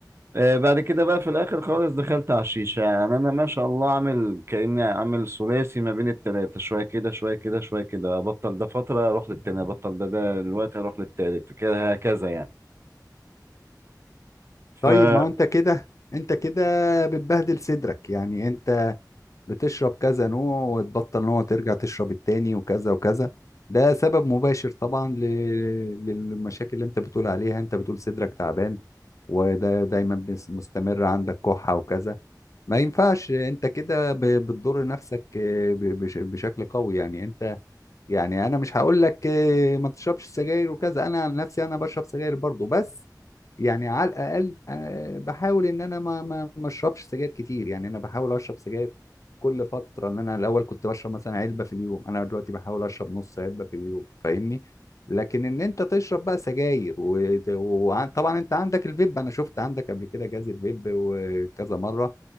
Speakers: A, on the right (about 35°); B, on the left (about 45°).
A: آه، بعد كده بقى في الاخر خالص دخلت على الشيشه يعني انا ما شاء الله عامل كاني عامل ثلاثي ما بين التلاته شويه كده شويه كده شويه كده ابطل ده فتره اروح للتاني ابطل ده ده دلوقتي اروح للتالت كده هكذا يعني
B: طيب
A: فدي
B: ما هو انت كده انت كده بتبهدل صدرك يعني انت بتشرب كذا نوع وتبطل نوع ترجع تشرب التاني وكذا وكذا ده سبب مباشر طبعا ل... للمشاكل اللي انت بتقول عليها انت بتقول صدرك تعبان وده دايما بس- مستمر عندك كحة وكذا ما ينفعش انت كده ب- بتضر نفسك آه، ب- بش- بشكل قوي يعني انت يعني انا مش هقول لك آه، ما تشربش سجاير وكذا انا عن نفسي انا بشرب سجاير برضو بس يعني على الاقل آه، بحاول ان انا ما ما ما اشربش سجاير كتير يعني انا بحاول اشرب سجاير كل فترة ان انا الاول كنت بشرب مثلا علبة في اليوم انا دلوقتي بحاول اشرب نص علبة في اليوم فاهمني لكن ان انت تشرب بقى سجاير وطبعا انت عندك الفيب انا شفت عندك قبل كده جهاز الفيب وكذا مرة